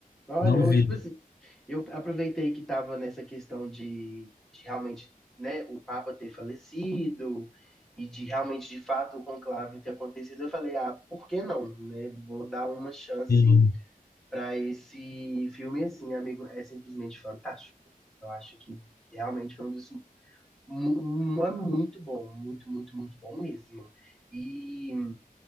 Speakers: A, in the centre; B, on the left (about 85°).
A: Olha,
B: Não
A: eu,
B: vi.
A: tipo assim, eu aproveitei que tava nessa questão de, de realmente, né, o Papa ter falecido e de realmente, de fato, o conclave ter acontecido. Eu falei, ah, por que não, né? Vou dar uma chance
B: Sim.
A: para esse filme, assim, amigo. É simplesmente fantástico. Eu acho que realmente foi um dos mu- um é muito bom, muito, muito, muito bom mesmo. E